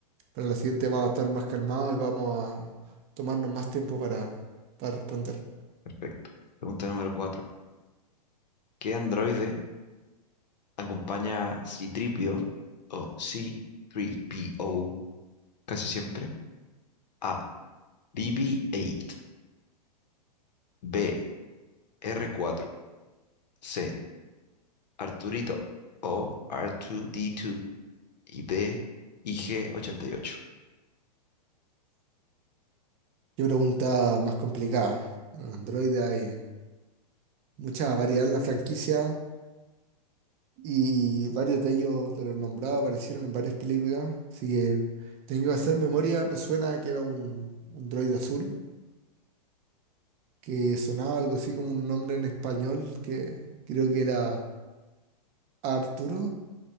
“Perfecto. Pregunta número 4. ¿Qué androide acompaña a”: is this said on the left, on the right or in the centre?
Left